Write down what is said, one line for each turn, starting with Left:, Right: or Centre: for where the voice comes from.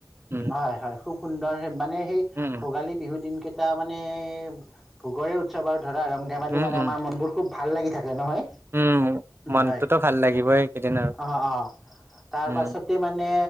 Right: উম
Centre: হয় হয় খুব সুন্দৰ মানে সেই
Right: উম
Centre: ভোগালী বিহু দিনকেই এটা মানে ভোগৰে উৎসৱ আৰু ধৰা ৰং ধেমালি
Right: উম
Centre: মানে
Right: উম
Centre: আমাৰ মনবোৰ খুব ভাল লাগি থাকে নহয়
Right: উম মনটোতো
Centre: হয়
Right: ভাল লাগিবই এইকেইদিন আৰু
Centre: অ অ তাৰ
Right: উম
Centre: পাছতে মানে